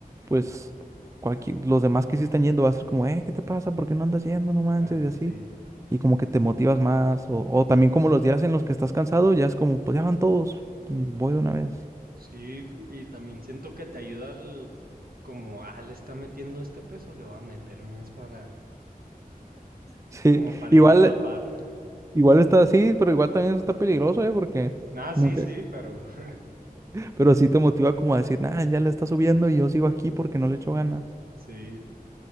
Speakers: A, on the right; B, on the right.
A: pues cualquier, los demás que sí están yendo va a ser como, eh, ¿qué te pasa? ¿Por qué no andas yendo? No manches,
B: Ah,
A: y así.
B: sí.
A: Y como que te motivas más, o, o también como los días en los que estás cansado, ya es como, pues ya van todos, pues, voy de una vez.
B: Sí, p- y también siento que te ayuda al, como, ah, le está metiendo este peso, le va a meter más para,
A: Sí,
B: como para
A: igual,
B: ir a la par. <laughs>
A: igual está así, pero igual también eso está peligroso, ¿eh? Porque
B: Ah,
A: mucha,
B: sí, sí, pero <laughs>
A: Pero sí te motiva como a decir, nah, ya le está subiendo y yo sigo aquí porque no le echo ganas.
B: sí.